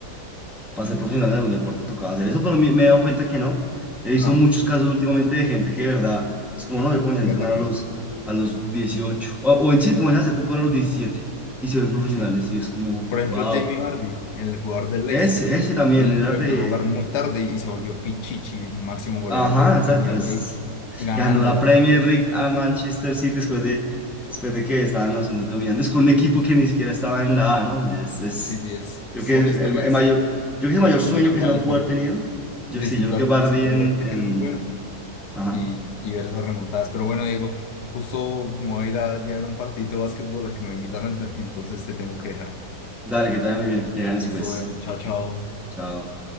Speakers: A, in the centre; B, on the left.
A: para ser profesional de algún deporte tocaba hacer eso, pero me, me he dado cuenta que no. He visto
B: No,
A: muchos casos últimamente de gente que de verdad es como, no, yo comencé
B: inicia
A: a entrenar
B: tarde.
A: a los, a los 18 o, o en sí, comencé a hacer fútbol a los 17 y se ven profesionales
B: Sí.
A: y es como,
B: Por ejemplo,
A: wow,
B: Jamie Vardy, el jugador del Leicester,
A: ese, ese también
B: él
A: era
B: empezó
A: re...
B: a jugar muy tarde y se volvió Pichichi, máximo goleador
A: Ajá,
B: de la Premier
A: exacto, es
B: League, ganándolas.
A: Ganó la Premier
B: o-
A: League a Manchester City después de, después de que estaban los dominantes con un equipo que ni siquiera estaba en la A, ¿no? Es, es-
B: Sí, sí, es,
A: yo
B: son
A: creo que
B: historias.
A: es el, el mayor, yo creo que es el
B: Yo
A: mayor
B: creo
A: sueño
B: que lo chimba
A: que se van
B: del
A: pudo
B: deporte,
A: haber tenido. Yo
B: disfrutar,
A: sí, yo creo que Bardi
B: disfrutar
A: en,
B: de gente
A: en...
B: que es muy buena
A: Ajá.
B: y, y ver esas remontadas. Pero bueno, Diego, justo me voy a ir a llevar un partidito de básquetbol al que me invitaron, ent- entonces te tengo que dejar.
A: Dale, que te vaya muy bien. Que ganes
B: Listo,
A: pues.
B: bueno, chao, chao.
A: Chao.